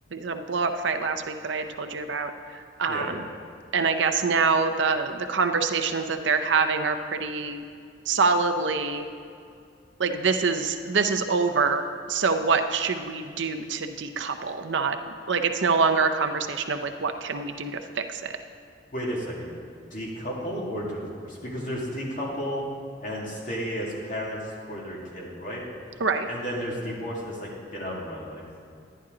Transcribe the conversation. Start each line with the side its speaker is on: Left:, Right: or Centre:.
Right: um, blow up fight last week that I had told you about. Um,
Left: yeah
Right: and I guess now the the conversations that they're having are pretty solidly like this is this is over. So what should we do to decouple? Not like it's no longer a conversation of like what can we do to fix it.
Left: wait a second decouple or divorce because there's decouple and stay as parents for their kid right
Right: Right.
Left: and then there's divorce that's like get out of my life